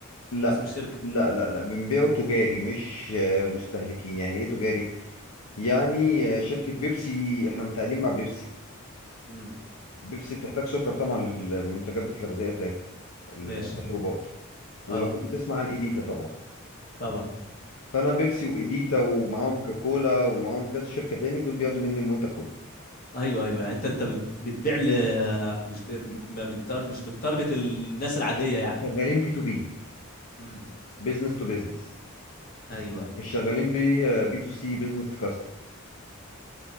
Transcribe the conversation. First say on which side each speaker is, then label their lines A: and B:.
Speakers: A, on the left (about 80°); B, on the left (about 40°).
A: لا
B: اسم الشركة
A: لا لا لا بنبيعه تجاري مش آه، مستهلكين يعني ايه تجاري يعني آه، شركة بيبسي احنا متعاقدين مع بيبسي
B: امم
A: بيبسي بتحتاج سكر طبعا للمنتجات الغذائيه بتاعتها المشروبات
B: ماشي
A: ولو
B: اه
A: انت تسمع عن ايديتا طبعا
B: طبعا
A: فانا بيبسي وايديتا ومعاهم كوكولا ومعاهم كذا شركه تاني دول بياخدوا مني المنتج كله
B: ايوه ايوه يعني انت انت بت... بتبيع ل... مش ب... ما بتار... مش بتارجت الناس العادية يعني
A: شغالين بي تو بي
B: امم
A: بزنس تو بزنس
B: ايوه ايوه
A: مش شغالين بي آه، بي تو سي بزنس تو كاستم